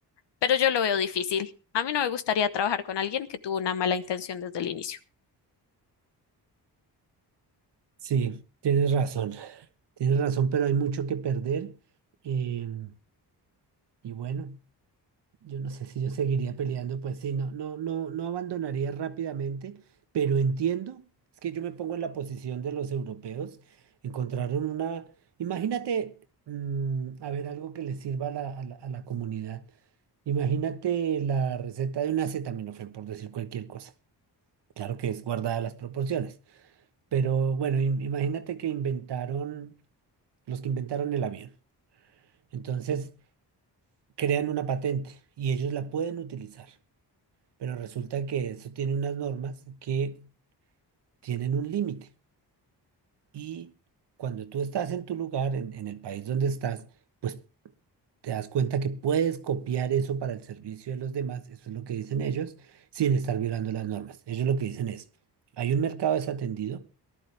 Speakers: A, on the left; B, on the right.
A: pero yo lo veo difícil. A mí no me gustaría trabajar con alguien que tuvo una mala intención desde el inicio.
B: Sí, tienes razón. Tienes razón, pero hay mucho que perder. em, y bueno. Yo no sé si yo seguiría peleando, pues sí, no, no, no, no abandonaría rápidamente, pero entiendo, es que yo me pongo en la posición de los europeos, encontraron una, imagínate, mm, a ver, algo que les sirva a la, a la, a la comunidad. Imagínate la receta de un acetaminofén, por decir cualquier cosa. Claro que es guardada las proporciones, pero bueno, im- imagínate que inventaron, los que inventaron el avión. Entonces, crean una patente y ellos la pueden utilizar. Pero resulta que eso tiene unas normas que tienen un límite. Y cuando tú estás en tu lugar, en, en el país donde estás, pues te das cuenta que puedes copiar eso para el servicio de los demás, eso es lo que dicen ellos, sin estar violando las normas. Ellos lo que dicen es, hay un mercado desatendido,